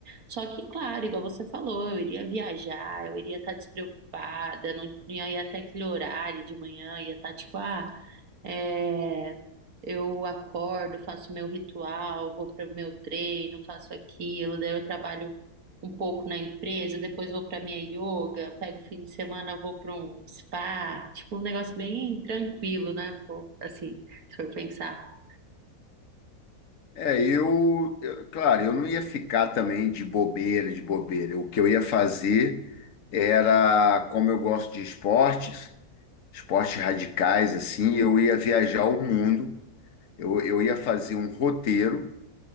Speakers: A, on the right (about 65°); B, on the left (about 60°).
A: Só que, claro, igual você falou, eu iria viajar, eu iria estar despreocupada, não, não ia até aquele horário de manhã, ia estar tipo, ah, é, eu acordo, faço meu ritual, vou para o meu treino, faço aquilo, daí eu trabalho um pouco na empresa, depois vou para minha yoga, pego o fim de semana, vou para um spa, tipo, um negócio bem tranquilo, né? Um pouco, assim, se for pensar.
B: É, eu, eu- claro, eu não ia ficar também de bobeira, de bobeira. O que eu ia fazer era, como eu gosto de esportes, esportes radicais, assim, eu ia viajar o mundo, eu, eu ia fazer um roteiro.